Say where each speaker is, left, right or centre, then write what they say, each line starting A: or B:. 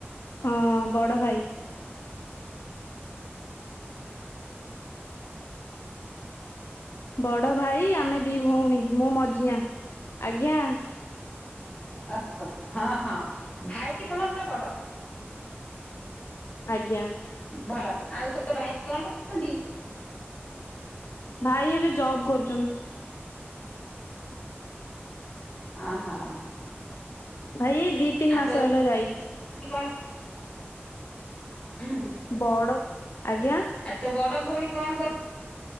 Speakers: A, on the left; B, on the left.
A: ହଁ ବଡ଼ ଭାଇ। ବଡ ଭାଇ ଆମେ ଦି ଭଉଣୀ ମୁଁ ମଝିଆ ଆଜ୍ଞା।
B: ଓହୋ ହଁ ହଁ ଭାଇ କି ତମର ବଡ।
A: ଆଜ୍ଞା।
B: ଭଲ ଆଉ ତୋ ଭାଇ କଣ କରୁଛନ୍ତି?
A: ଭାଇ ଏବେ ଜବ୍ କରୁଛନ୍ତି।
B: ହଁ ହଁ
A: ଭାଇ ଦି ତିନି
B: <unintelligible>
A: ମାସ ହେଲା ଯାଇଛି
B: କଣ <unintelligible>
A: ବଡ ଆଜ୍ଞା
B: ଆଉ ତୋ ବଡ ଭଉଣୀ କଣ କର